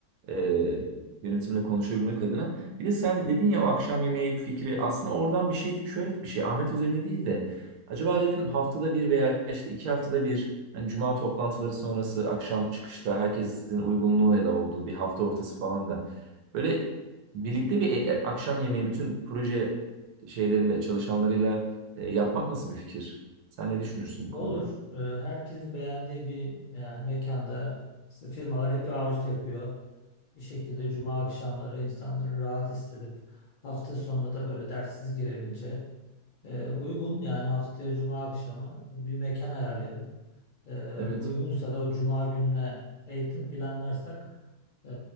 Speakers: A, on the right (about 80°); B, on the left (about 75°).
A: Ee, yönetimle konuşabilmek adına. Bir de sen dedin ya o akşam yemeği fikri aslında oradan bir şey şöyle bir şey Ahmet üzerine değil de acaba dedim haftada bir veya işte iki haftada bir hani cuma toplantıları sonrası akşam çıkışta herkesin uygunluğu ya da olduğu bir hafta ortası falan da böyle birlikte bir e- e, akşam yemeği bütün proje şeyleriyle çalışanlarıyla e, yapmak nasıl bir fikir? Sen ne düşünürsün bu
B: Olur.
A: konuda?
B: Ee, Herkesin beğendiği bir yani mekanda aslında firmalar hep hours yapıyor. Bir şekilde cuma akşamları insanları rahat hissedip hafta sonunda da böyle derssiz girebileceği e, uygun yani haftaya cuma akşamı bir mekan ayarlayalım. Ee,
A: Evet.
B: uygunsa da o cuma gününe eğitim planlarsak e,